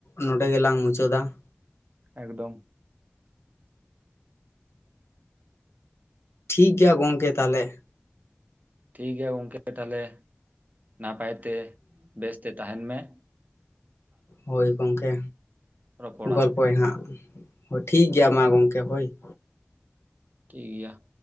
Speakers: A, on the left (about 85°); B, on the right (about 40°).
A: ᱱᱚᱰᱮ ᱜᱮᱞᱟᱝ ᱢᱩᱪᱟᱹᱫᱟ ᱾
B: ᱮᱠᱫᱚᱢ ᱾
A: ᱴᱷᱤᱠ ᱜᱮᱭᱟ ᱜᱚᱢᱠᱮ ᱛᱟᱦᱚᱞᱮ ᱾
B: ᱴᱷᱤᱠ ᱜᱮᱭᱟ ᱜᱚᱝᱠᱮ ᱛᱟᱦᱚᱞᱮ ᱱᱟᱯᱟᱭ ᱛᱮ ᱵᱮᱥᱛᱮ ᱛᱟᱦᱮᱱ ᱢᱮ ᱾
A: ᱦᱳᱭ ᱜᱚᱢᱠᱮ,
B: ᱨᱚᱯᱚᱲᱟ
A: ᱜᱚᱞᱯᱚᱭ ᱦᱟᱸᱜ ᱦᱳᱭ ᱴᱷᱤᱠ ᱜᱮᱭᱟ ᱢᱟ ᱜᱚᱢᱠᱮ ᱦᱳᱭ ᱾
B: ᱴᱷᱤᱠ ᱜᱮᱭᱟ ᱾